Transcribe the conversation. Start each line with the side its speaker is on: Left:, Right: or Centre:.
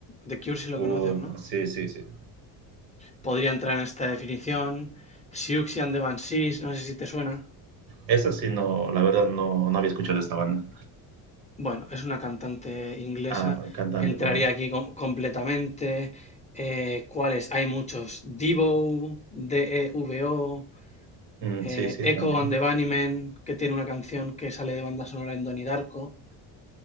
Left: The Cure si lo
Right: Uh,
Left: conoces, ¿no?
Right: sí, sí, sí.
Left: Podría entrar en esta definición, Siouxsie and the Banshees, no sé si te suena.
Right: Esa sí, no, la verdad no, no había escuchado esta banda.
Left: Bueno, es una cantante inglesa.
Right: Ah, cantante,
Left: Entraría
Right: perdón.
Left: aquí com- completamente. Eh, ¿cuáles? Hay muchos. Devo, D-E-V-O,
Right: Mm,
Left: eh,
Right: sí, sí,
Left: Echo
Right: también.
Left: and the Bunnymen, que tiene una canción que sale de banda sonora en Donnie Darko.